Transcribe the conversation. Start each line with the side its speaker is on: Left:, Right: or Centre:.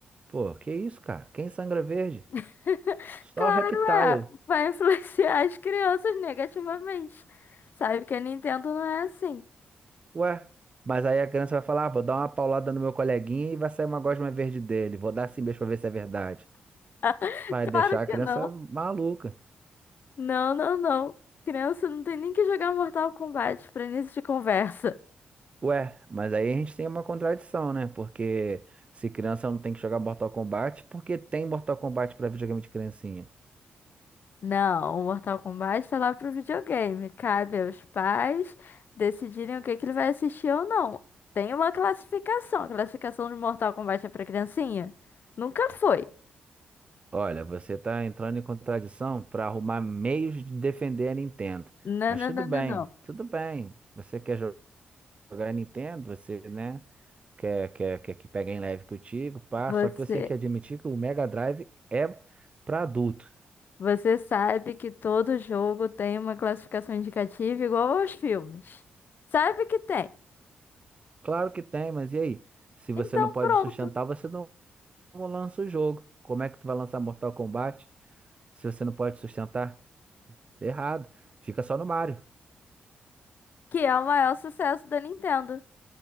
Right: Pô, que isso, cara? Quem sangra verde?
Left: <laughs>
Right: Só
Left: Claro,
Right: o Reptile.
Left: é. Vai influenciar as crianças negativamente. Sabe que a Nintendo não é assim.
Right: Ué, mas aí a criança vai falar, ah, vou dar uma paulada no meu coleguinha e vai sair uma gosma verde dele. Vou dar assim mesmo pra ver se é verdade.
Left: <laughs>
Right: Vai
Left: Claro
Right: deixar a
Left: que
Right: criança
Left: não.
Right: maluca.
Left: Não, não, não. Criança não tem nem que jogar Mortal Kombat pra início de conversa.
Right: Ué, mas aí a gente tem uma contradição, né? Porque se criança não tem que jogar Mortal Kombat, por que tem Mortal Kombat pra videogame de criancinha?
Left: Não, o Mortal Kombat tá lá pro videogame. Cabe aos pais decidirem o que que ele vai assistir ou não. Tem uma classificação. A classificação de Mortal Kombat é pra criancinha? Nunca foi.
Right: Olha, você tá entrando em contradição pra arrumar meios de defender a Nintendo.
Left: Não,
Right: Mas
Left: não,
Right: tudo
Left: não,
Right: bem,
Left: não, não.
Right: tudo bem. Você quer jo- jogar a Nintendo, você, né? quer, quer, quer que pegue em leve contigo, pá.
Left: Você.
Right: Só que você tem que admitir que o Mega Drive é pra adulto.
Left: Você sabe que todo jogo tem uma classificação indicativa igual aos filmes. Sabe que tem.
Right: Claro que tem, mas e aí? Se
Left: Então,
Right: você não pode
Left: pronto.
Right: sustentar, você não lança o jogo. Como é que tu vai lançar Mortal Kombat se você não pode sustentar? Errado. Fica só no Mario.
Left: Que é o maior sucesso da Nintendo.